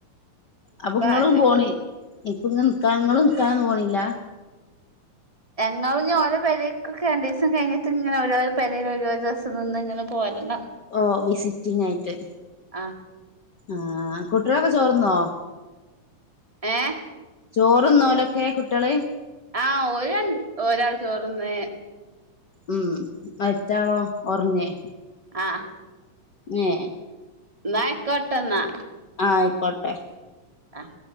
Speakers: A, on the left; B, on the right.
A: അപ്പൊ
B: ഇപ്പ
A: നിങ്ങളും
B: ആരുല്ല
A: പോണ ഇപ്പ നിക്കനിങ്ങൾനിക്കാനൊന്നും പോണില്ല
B: ഞങ്ങള്ന്ന് പറഞ്ഞാ ഓരോ പെരേക്കൊക്കെ രണ്ടീസം കഴഞ്ഞിട്ട് ഇങ്ങനെ ഓരോ പെരേല് ഓരോരോ ദിവസം നിന്ന് ഇങ്ങനെ പോരണം
A: ഓ വിസിറ്റിംഗ് ആയിട്ട്
B: ആഹ്
A: ആഹ് കുട്ടികളൊക്കെ ചോർന്നോ
B: ഏഹ്
A: ചോറ്ന്നോലൊക്കെ കുട്ടികള്
B: ആഹ് ഓര് ഒരാൾ ചോർന്ന്
A: ഉം മറ്റാളോ ഒറങ്ങേ
B: ആഹ്
A: ഏഹ്
B: ന്നായികോട്ടന്നാ
A: ആഹ് ആയിക്കോട്ടെ
B: ആഹ്